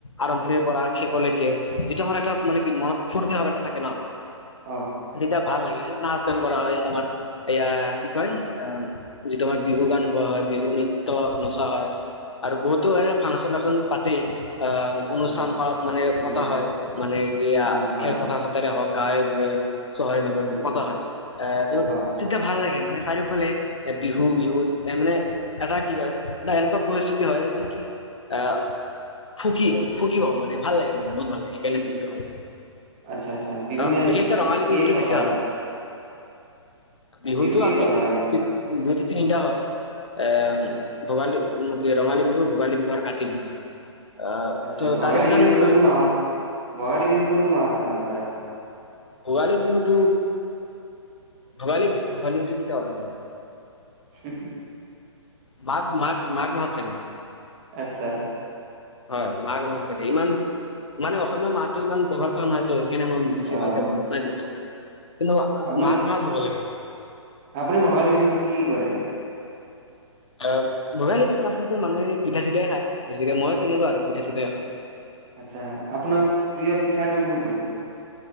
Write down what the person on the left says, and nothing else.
আৰম্ভণিৰ পৰা শেষলৈকে যিটো ভাৰ এটা মানে ম ফুৰ্তি থাকে ন
তেতিয়া ভাল লাগে নাচ গান কৰা হয় আমাৰ এয়া কি কয় অ যিটো আমাৰ বিহু গান গোৱা হয় বিহু নৃত্য নচা হয় আৰু বহুতো এনে ফাংচন াংচন পাতেই আহ
অনুষ্ঠান প মানে
পতা
হয় মানে কি
খেল কথা চতোৰে হওক গাঁৱে বয়ে চহায় নকৰে
ত
কতা হয় আহ
তয়া ভাল লাগে মে চাই। ফালে এ বিহু বিহুত এ মানে এটা কি হয় এটা এনেকুৱা পৰিস্থিতি হয় মানে কি আহ সুখী হয় সুখী হব মানে ভাল লাগে মোৰ বহুত ভাল লাগে কাৰণে বিহুতটো ভাল লাগে।
আহ
বিশেষকে
ৰঙালী
বিহুটো
বেছি ভাল বিহুতো
আচলতেতি
বিহুত তিনিটা হয় এ
ভোগালী উ কি ৰঙালী বিহু ভোগালী বিহু আৰু কাতি বিহু হয় আহ
ত
তাৰে ভিতৰত
মোৰ
ভোগালী বিহুটো ভোগালী ভোগালী বিহুত কিতিয়া অল মন হয়
মঘ মাঘ মাঘ মাহত চাগে
হয় মাঘ মাহ চকে ইমান মানে অসমীয়া মাহটো ইমান ব্যৱহাৰ কৰা নহয়তো। সেইকাৰণে মন বেছি
ভাল। দিয়কচোন, কিন্তু
মাঘ মাহত হ'ব লাগে।
আহ ৰঙালী বিহুত আচলতে মানুহে পিঠা-চিঠাই খাই বেছিকে। মইও তেনেকুৱা আৰু পিঠা-চিঠাই খাওঁ।